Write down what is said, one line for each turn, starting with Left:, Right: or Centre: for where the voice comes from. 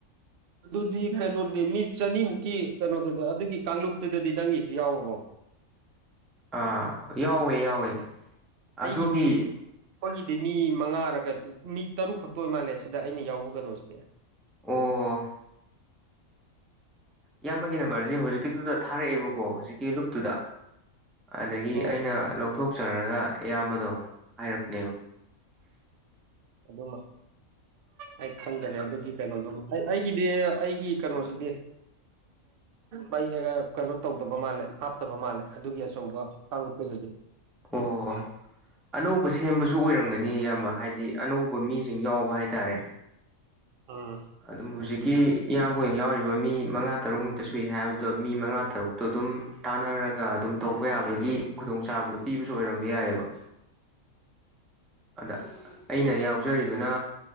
Right: ꯑꯗꯨꯗꯤ ꯀꯩꯅꯣꯅꯤ ꯃꯤ ꯆꯅꯤꯃꯨꯛꯀꯤ ꯀꯩꯅꯣꯗꯨꯗꯤ ꯑꯗꯨꯒꯤ ꯀꯥꯡꯂꯨꯞ ꯇꯨꯗꯗꯤ ꯅꯪꯒꯤꯁꯨ ꯌꯥꯎꯔꯕꯣ
Centre: ꯑꯥ ꯌꯥꯎꯋꯦ ꯌꯥꯎꯋꯦ ꯑꯗꯨꯒꯤ
Right: ꯑꯩꯒꯤꯗꯤ ꯑꯈꯣꯏꯒꯤ ꯒꯤ ꯃꯤ ꯃꯉꯥꯔ ꯀꯩ ꯃꯤ ꯇꯔꯨꯛ ꯈꯛꯇ ꯑꯣꯏ ꯃꯥꯜꯂꯦ ꯁꯤꯗ ꯑꯩꯅ ꯌꯥꯎꯕ ꯀꯩꯅꯣꯁꯤꯗꯤ
Centre: ꯑꯣ ꯏꯌꯥꯝꯕꯒꯤ ꯅꯝꯕꯔꯖꯦ ꯍꯨꯖꯤꯛꯀꯤꯗꯨꯗ ꯊꯥꯔꯛꯑꯦꯕꯀꯣ ꯍꯨꯖꯤꯛꯀꯤ ꯂꯨꯞꯇꯨꯗ ꯑꯗꯒꯤ
Right: ꯑꯣ
Centre: ꯑꯩꯅ ꯂꯧꯊꯣꯛꯆꯔꯒ ꯑꯌꯥꯝꯕꯗꯣ ꯑꯃꯨꯛ ꯍꯥꯏꯔꯛꯄꯅꯦꯕ
Right: ꯑꯗꯨꯃ ꯑꯩ ꯈꯪꯗꯔꯦ ꯑꯗꯨꯒꯤ ꯀꯩꯅꯣꯗꯨꯃ ꯑꯩ ꯑꯩꯒꯤꯗꯤ ꯑꯩꯒꯤ ꯀꯩꯅꯣꯁꯤꯗꯤ ꯃꯩꯑꯒ ꯀꯩꯅꯣ ꯇꯧꯗꯕ ꯃꯥꯜꯂꯦ ꯍꯥꯞꯇꯕ ꯃꯥꯜꯂꯦ ꯑꯗꯨꯒꯤ ꯑꯆꯧꯕ ꯀꯥꯡꯂꯨꯞꯇꯨꯗꯗꯤ
Centre: ꯑꯣ ꯑꯅꯧꯕ ꯁꯦꯝꯕꯁꯨ ꯑꯣꯏꯔꯝꯒꯅꯤ ꯅꯤ ꯑꯌꯥꯝꯕ ꯍꯥꯏꯗꯤ ꯑꯅꯧꯕ ꯃꯤꯁꯤꯡ ꯌꯥꯎꯕ ꯍꯥꯏꯇꯥꯔꯦ
Right: ꯎꯝ
Centre: ꯑꯗꯨꯝ
Right: ꯑꯗꯨꯒꯨꯝꯕ
Centre: ꯍꯨꯖꯤꯛꯀꯤ ꯏꯌꯥꯝꯕ ꯍꯣꯢꯅ ꯌꯥꯎꯔꯤꯕ ꯔꯤꯕ ꯃꯤ ꯃꯉꯥ ꯇꯔꯨꯛꯃꯨꯛꯇ ꯁꯨꯏ ꯍꯥꯏꯕꯗꯣ ꯃꯤ ꯃꯉꯥ ꯇꯔꯨꯛꯇꯣ ꯑꯗꯨꯝ ꯇꯥꯟꯅꯔꯒ ꯑꯗꯨꯝ ꯇꯧꯕ ꯌꯥꯕꯒꯤ ꯒꯤ ꯈꯨꯗꯣꯡꯆꯥꯕꯗꯨ ꯄꯤꯕꯁꯨ ꯑꯣꯏꯔꯝꯕ ꯌꯥꯏꯌꯦꯕ ꯑꯗ ꯑꯩꯅ ꯌꯥꯎꯖꯔꯤꯗꯨꯅ